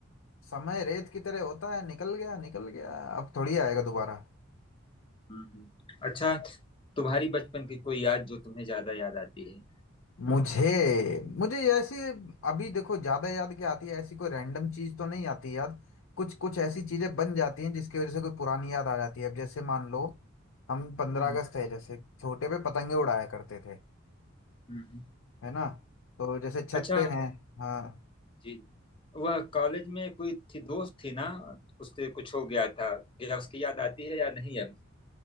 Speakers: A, on the left; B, on the left.
A: समय रेत की तरह होता है निकल गया निकल गया अब थोड़ी आएगा दोबारा
B: हम्म, हम्म। अच्छा तुम्हारी बचपन की कोई याद जो तुम्हें ज्यादा याद आती है
A: मुझे मुझे ऐसी अभी देखो ज्यादा याद क्या आती है ऐसी कोई रैंडम चीज तो नहीं आती याद कुछ कुछ ऐसी चीजें बन जाती हैं जिसकी वजह से कोई पुरानी याद आ जाती है अब जैसे मान लो हम पंद्रह
B: हम्म
A: अगस्त है जैसे छोटे पे पतंगे उड़ाया करते थे
B: हम्म।
A: है ना तो जैसे छत
B: अच्छा
A: पे हैं हाँ
B: जी वह कॉलेज में कोई थी दोस्त थी ना उससे कुछ हो गया था क्या उसकी याद आती है या नहीं अब